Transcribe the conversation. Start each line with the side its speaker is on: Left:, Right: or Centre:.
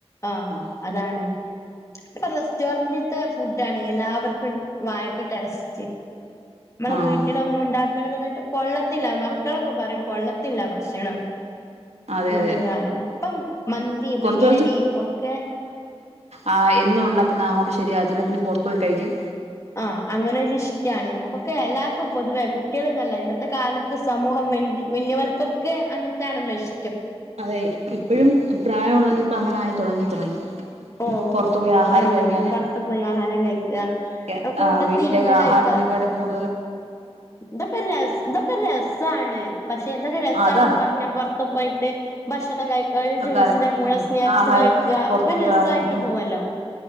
Left: ആ
Right: ആഹ്
Left: അതാണ്. ഇപ്പൊ റെസ്റ്റോററ്റ്ത്തെ ഫുഡ് ആണ് എല്ലാവർക്കും വായക്ക ടേസ്റ്റ്. നമ്മളെ
Right: ആഹ്
Left: വീട്ടിലൊന്നും ഉണ്ടാക്കരുന്ന് ട്ടോ കൊള്ളത്തില്ല മക്കളൊക്കെ പറയും കൊള്ളത്തില്ല ഭക്ഷണം
Right: അതെ
Left: ഈ ഇപ്പൊതെ
Right: അതെ
Left: കാലം ഇപ്പം മന്തി
Right: കുറച്ച്
Left: ബിരിയാണി ഒക്കെ
Right: ആ് എന്നും ഉണ്ടാക്കുന്ന അങ്ങോട്ട ശരിയാകന്നില പിന്നെ പുറത്ത പോയി കഴിക്കാം
Left: ആഹ അങ്ങനെൊ ഇഷ്ടാണ് നമുക്കൊക്കെ എല്ലാവർക്കും പൊതുവെ കുട്ടികളൾ ന്നല്ല ഇന്നത്തെ കാലത്ത് സമൂഹം െ വന്യവർക്കൊക്കെ അങ്ങനത്തെണലോ ഇഷ
Right: അതെ ഇപ്പഴും പ്രായമ ഉുള്ളത് ഇപ്പ അങ്ങനൊയി തുടങ്ങി തുടങ്ങി
Left: ഓഹ്
Right: പുറത്തു പോയി ആഹാരം
Left: പിന്നെ
Right: കഴിക്കാനും
Left: പുറത്ത് പോയി ആഹാരം കഴിക്കുക
Right: മ്
Left: കൂട്ടത്തി
Right: വീട്ടിലേെ
Left: ഇരുന്ന്
Right: ആഹാര
Left: കഴിക്ക
Right: അതിനെക്കാട്ട് കൂടുതും
Left: ഇതൊക്കെ ര ഇതൊക്കെ രസമാണ് പക്ഷെ ഇതൊക്കെ രസമാണ്െന്ന്
Right: അതാണ്
Left: പറഞ്ഞാ പുൊറത്ത് പോയിട്ട് ഭക്ഷണം കഴിക്കുക
Right: ആൾക്കാര്
Left: ജ്യൂസിന്റെ കൂടെ
Right: ഉം
Left: സ്നാക്സ്
Right: ആഹാരം
Left: കഴിക്കുക
Right: പുറത്തു
Left: ഒക്കെ
Right: പോയി
Left: രസമായിട്ട്
Right: ഉം
Left: പോവല്ലോ